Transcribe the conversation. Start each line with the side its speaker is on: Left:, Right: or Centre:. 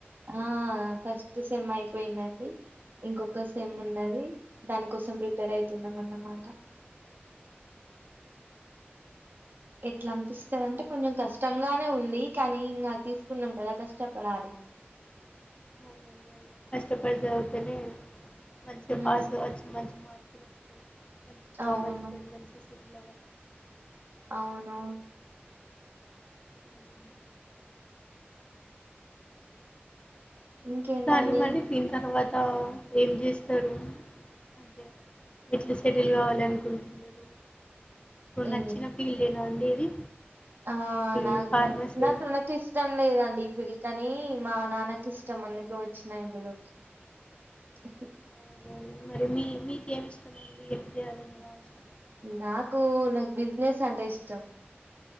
Right: ఆ ఫస్ట్ సెమ్ అయిపోయిందండి ఇంకొక సేమ్ ఉన్నది దానికోసం ప్రిపేర్ అయితున్నాం అన్నమాట. ఎట్ల అనిపిస్తాదంటే కొంచెం కష్టంగానే ఉంది కానీ ఇంకా తీసుకున్నాం కదా కష్టపడాలి
Left: అవునండి అవును కష్టపడి చదివితేనే మంచిగా
Right: ఉమ్
Left: పాస్ కావచ్చు. మంచి మార్కులు వస్తాయి. మంచి జాబ్
Right: అవును
Left: వస్తది మంచిగ సెటిల్ అవ్
Right: అవునవును
Left: అవునండి
Right: ఇంకేంటండి
Left: <inaudible> మరి దీని తర్వాత ఏం చేస్తారు అంటే ఎట్లా సెటిల్ కావాలి అనుకుంటున్నారు
Right: ఈ
Left: నచ్చిన ఫీల్డేనా అండి ఇది
Right: ఆ
Left: ఈ
Right: నాకు
Left: ఫార్మసీ
Right: నాకు న ఇష్టం లేదండి ఈ ఫీల్డ్ కని మా నాన్నకి ఇష్టం అందుకు వచ్చినా ఇందులోకి <inaudible>
Left: అవునండి మరి మీ మీకేమి ఇష్టం అండి ఏం చేయాలని <inaudible>
Right: నాకు నాకు బిజినెస్ అంటే ఇష్టం